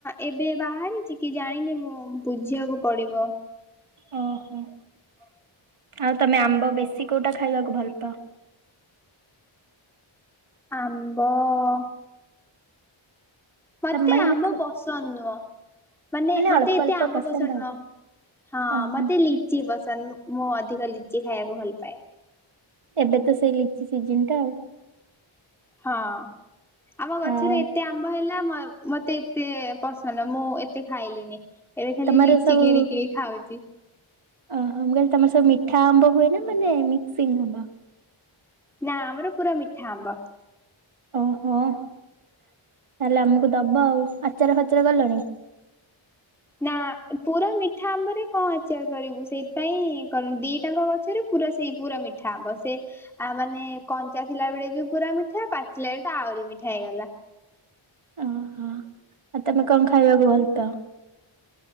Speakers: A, in the centre; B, on the right.
A: ଏବେ ବାହାରିଚି କି ଜାଣିନି ମୁଁ ବୁଝିବାକୁ ପଡିବ?
B: ଓହୋ ଆଉ ତମେ ଆମ୍ବ ବେଶୀ କୋଉଟା ଖାଇବାକୁ ଭଲ ପାଅ?
A: ଆମ୍ବ ଅ-ଅ ମତେ
B: ତମମାନଙ୍କୁ
A: ଆମ୍ବ ପସନ୍ଦ ନୁହଁ ମାନେ ମତେ
B: ଅଳ୍ପ
A: ଏତେ
B: ଅଳ୍ପ
A: ଆମ୍ବ ପସନ୍ଦ
B: ଆଉ
A: ନୁହଁ। ହଁ
B: ଓହୋ
A: ମତେ ଲିଚି ପସନ୍ଦ ମ୍ ମୁଁ ଅଧିକ ଲିଚି ଖାଇବାକୁ ଭଲ ପାଏ।
B: ଏବେ ତ ସେଇ ଲିଚି ସିଜିନ ଟା ଆଉ।
A: ହଁ ଆମ ଗଛରେ
B: ଆଉ
A: ଏତେ ଆମ୍ବ ହେଲା ମ ମତେ ଏତେ ପସନ୍ଦ ନୁହଁ ମୁଁ ଏତ କେତେ ଖାଇଲିନି ଏବେ ଖାଲି
B: ତମର
A: ଲିଚି
B: ସବୁ
A: କିଣି କିଣ ଖାଉଚି।।
B: ଓହୋ ମୁଁ କଇଲି ତମର ସବୁ ମିଠା ଆମ୍ବ ହୁଏ ନା ମାନେ ମିକ୍ସିଂ ଆମ୍ବ?
A: ନା ଆମର ପୁରା ମିଠା ଆମ୍ବ।
B: ଓହୋ ତାହେଲେ ଆମକୁ ଦବ ଆଉ ଆଚାର ଫାଚାର କଲଣି?
A: ନା ପୁରା ମିଠା ଆମ୍ବରେ କଅଁ ଆଚାର କରିବୁ ସେଇଥିପାଇଁ କରୁନୁ ଦିଟାଙ୍କ ଗଛରେ ପୁରା ସେଇ ପୁରା ମିଠା ଆମ୍ବ ସେ ଆ ମାନେ କଞ୍ଚା ଥିଲା ବେଳେ ବି ପୁରା ମିଠା ପାଚିଲା ବଳେ ତା ଆହୁରି ମିଠା ହେଇଗଲା।
B: ଓହୋ ଆଉ ତମେ କଅଁ ଖାଇବାକୁ ଭଲ ପାଅ?